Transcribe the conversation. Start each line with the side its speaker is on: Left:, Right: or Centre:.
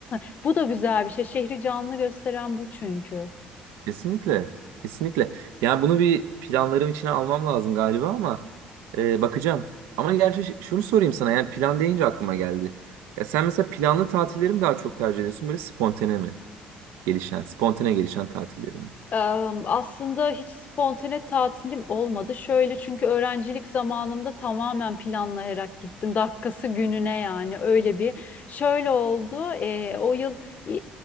Left: <laughs> Bu da güzel bir şey. Şehri canlı gösteren bu çünkü.
Right: Kesinlikle. Kesinlikle. Yani bunu bir planlarım içine almam lazım galiba ama e, bakacağım. Ama gerçi ş- şunu sorayım sana yani plan deyince aklıma geldi. Ya sen mesela planlı tatilleri mi daha çok tercih ediyorsun böyle spontane mi? Gelişen, spontane gelişen tatilleri mi?
Left: Em, Aslında hiç spontane tatilim olmadı. Şöyle çünkü öğrencilik zamanımda tamamen planlayarak gittim. Dakikası gününe yani öyle bir. Şöyle oldu. e, o yıl e,